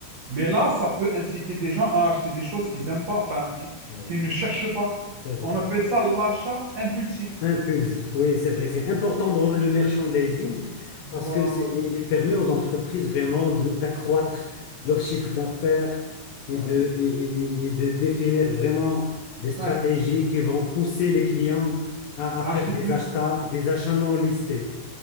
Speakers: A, on the right; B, on the left.
A: Mais là, ça peut inciter des gens à acheter des choses qu'ils n'aiment pas, enfin, qui-
B: Ah
A: qu'ils
B: oui,
A: ne cherchent pas.
B: c'est vrai.
A: On appelle ça l'achat impulsif.
B: Impulsif, oui, c'est vrai. C'est important dans le merchandising parce
A: Voilà.
B: que c'est- il il permet aux entreprises vraiment de- d'accroître leur chiffre d'affaires et
A: Voilà.
B: de, et, et- et- et de définir vraiment des stratégies
A: Ouais.
B: qui vont pousser les clients à, à
A: Acheter
B: faire des
A: plus.
B: achats, des achats non listés.